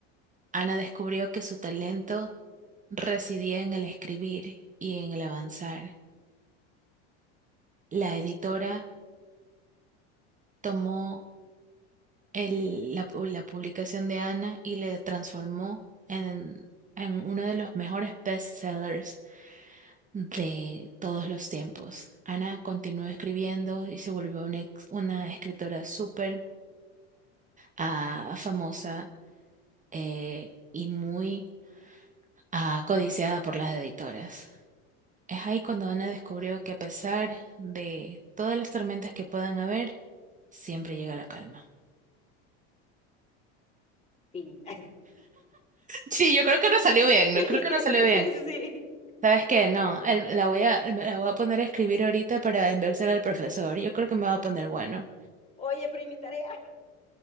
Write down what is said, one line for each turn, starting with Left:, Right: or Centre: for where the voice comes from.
Right: Ana descubrió que su talento residía en el escribir y en el avanzar. la editora tomó el- la, pu- la publicación de Ana y le transformó en, en uno de los mejores bestsellers de todos los tiempos. Ana continuó escribiendo y se volvió una, ex- una escritora súper ah, famosa eh, y muy ah, codiciada por las editoras. Es ahí cuando Ana descubrió que a pesar de todas las tormentas que puedan haber, siempre llega la calma.
Left: Fin. <laughs>
Right: Sí, yo creo que no salió bien, no
Left: Sí,
Right: creo que no salió bien.
Left: sí, sí, sí.
Right: ¿Sabes qué? No, el- la voy a, me la voy a poner a escribir ahorita para enviársela al profesor. Yo creo que me va a poner bueno.
Left: Oye, pero ¿y mi tarea? <laughs>